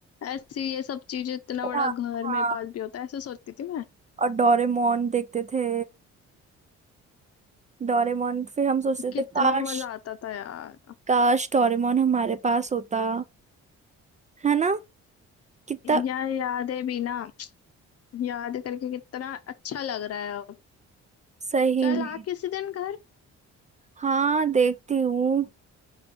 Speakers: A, on the left (about 55°); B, on the right (about 25°).
A: ऐसी ये सब चीजें इतना बड़ा
B: हाँ
A: घर
B: हाँ
A: मेरे पास भी होता है ऐसे सोचती थी मैं
B: और डोरेमोन देखते थे डोरेमोन फिर हम सोचते
A: कितना
B: थे काश
A: मजा आता था यार
B: काश डोरेमोन हमारे पास होता है ना कितना
A: यार यादें भी ना याद करके कितना अच्छा लग रहा है अब
B: सही
A: चल
B: में
A: आ किसी दिन घर
B: हाँ देखती हूँ